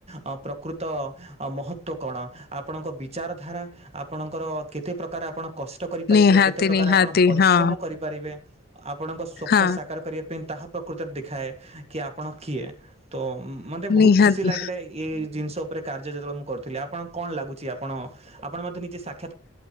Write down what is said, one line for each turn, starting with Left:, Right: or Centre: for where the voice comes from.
Right: ଅ ପ୍ରକୃତ ଅ ମହତ୍ଵ କଣ ଆପଣଙ୍କ ବିଚାର ଧାରା ଆପଣଙ୍କର କେତେ। ପ୍ରକାରେ ଆପଣ କଷ୍ ଟ କରିପାରିବେ
Left: ନିହାତି
Right: କେତେ ପ୍ରକାର
Left: ନିହାତି
Right: ଆପଣ ପରିଶ୍ରମ
Left: ହଁ
Right: କରିପାରିବେ ଆପଣଙ୍କ ସ୍ୱପ୍ନ
Left: ହଁ
Right: ସାକାର କରିବା ପାଇଁ ତାହା ପ୍ରକୃତରେ ଦେଖାଏ କି ଆପଣ କିଏ ତ ମତେ ବହୁତ
Left: ନିହାତି
Right: ଖୁସି ଲାଗିଲା। ଏଇ ଜିନିଷ ଉପରେ କର୍ଯ୍ୟ ଯେତେବେଳେ ମୁଁ କରୁଥିଲି ଆପଣ କଣ ଲାଗୁଛି ଆପଣ ଆପଣ ମତେ ନିଜେ ସା